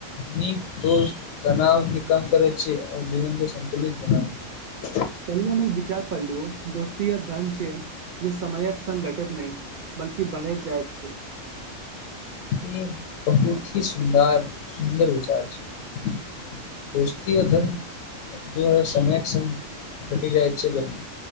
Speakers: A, on the left; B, on the right.
A: नीक दोस तनावके कम करैत छी आओर जीवने संन्तुलित बनाबैत छी
B: कहि हम एक विचार पढ़लु दोस्ती य धन छै जे समयक संगङ् घटैत नहि बल्कि बढ़ैत जाइतत
A: क <unintelligible> <unintelligible> बहुती सुन्दर सुन्दर विचार छै दोस्तओ धन ज ह समयक्षम घटी जाइत छै ब